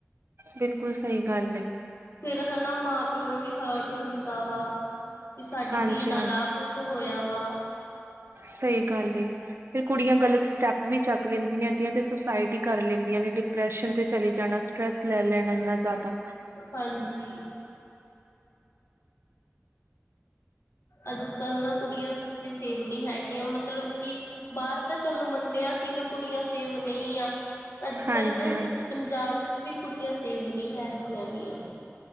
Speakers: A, on the right; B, on the left.
A: ਬਿਲਕੁਲ ਸਈ ਗੱਲ ਏ।
B: ਫਿਰ ਹਣਾ, ਮਾਂ -ਪਿਓ ਨੂੰ ਵੀ ਹਰਟ ਹੁੰਦਾ ਵਾ, ਵੀ ਸਾਡੀ
A: ਹਾਂਜੀ
B: ਧੀ ਨਾਲ ਆ ਕੁਛ ਹੋਇਆ ਵਾ।
A: ਸਈ ਗੱਲ ਏ। ਫੇਰ ਕੁੜੀਆਂ ਗਲਤ ਸਟੈਪ ਵੀ ਚੱਕ ਲੈਂਦੀਆਂ ਨੇ, ਅੱਧੀਆਂ ਤੇ ਸੁਸਾਈਡ ਈ ਕਰ ਲੈਂਦੀਆਂ ਨੇ, ਡਿਪਰੈਸ਼ਨ ਤੇ ਚਲੇ ਜਾਣਾ, ਸ ਸਟ੍ਰੈੱਸ ਲੈ ਲੈਣਾ ਇੰਨਾ ਜਾਦਾ।
B: ਹਾਂਜੀ। ਅੱਜ ਕੱਲ ਨਾ ਕੁੜੀਆਂ ਸੱਚੀ ਸੇਵ ਨੀ ਹੈਗੀਆਂ ਮਤਲਬ ਕਿ- ਬਾਅਰ ਤਾਂ ਚਲੋ ਮੰਨਿਆ ਸੀਗਾ ਕੁੜੀਆਂ ਸੇਵ ਨਈ ਆ। ਅੱਜ
A: ਹਾਂਜੀ
B: ਕੱਲ੍ਹ ਚ
A: ਹਾਂਜੀ
B: ਪੰਜਾਬ ਚ ਵੀ ਕੁੜੀਆਂ ਸੇਵ ਨੀ ਹੈਗੀਆਂ ਗੀਆਂ।